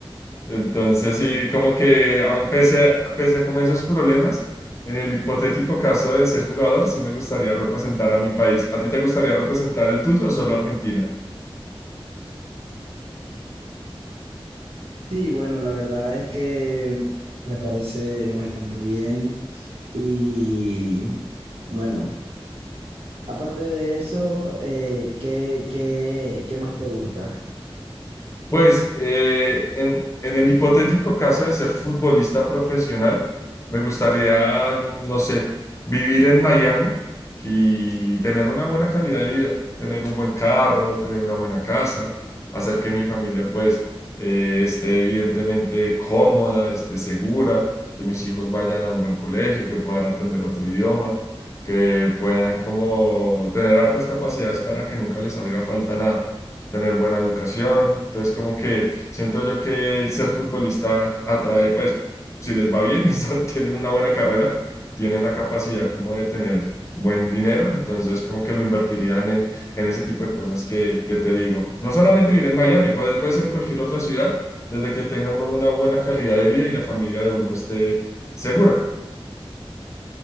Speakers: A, on the left; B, on the right.
A: Entonces, sí, como que aún pese a, pese a como esos problemas, en el hipotético caso de ser jugador, sí me gustaría representar a mi país. ¿A ti te gustaría representar el tuyo o solo Argentina?
B: Sí, bueno, la verdad es que me parece bastante bien y bueno, aparte de eso, eh, ¿qué, qué, qué más te gusta?
A: Pues eh, en, en el hipotético caso de ser futbolista profesional, me gustaría, mm, no sé, vivir en Miami y tener una buena calidad de vida, tener un buen carro, tener una buena casa, hacer que mi familia pues eh, esté evidentemente cómoda, esté segura, que mis hijos vayan a un buen colegio, que puedan aprender otro idioma, que puedan como tener hartas capacidades para que nunca les haga falta nada tener buena educación. Entonces, como que siento yo que el ser futbolista atrae, pues, si les va bien <laughs> y son- tienen una buena carrera, tienen la capacidad como de tener buen dinero, entonces como que lo invertiría en, e- en ese tipo de cosas que, que te digo. No solamente vivir en Miami, puede, puede ser cualquier otra ciudad, desde que tenga uno una buena calidad de vida y la familia de uno esté segura.